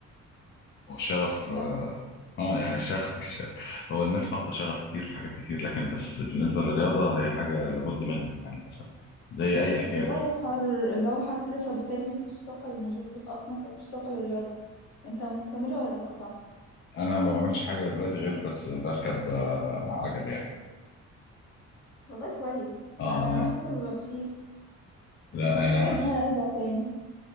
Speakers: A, on the left (about 40°); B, on the left (about 60°).
A: هو الشغف
B: انت
A: اه
B: م-
A: آه، يعني الشغف الشغف هو الناس فاقده شغف كتير في حاجات كتير لكن بس بالنسبه للرياضه هي حاجه لابد منها يعني للاسف زي اي
B: بس
A: احتياج
B: الجو حر الجو حر فبالتالي مفيش طاقة للنزول اصلا فمفيش طاقة للرياضة انت مستمرة ولا انقطعت
A: انا ما بعملش حاجه دلوقتي غير بس بركب آه، عجل يعني
B: والله كويس
A: اه
B: انا
A: يعني
B: حتى ما بمشيش
A: لا
B: محتاجة
A: يعني
B: ان انا ارجع تاني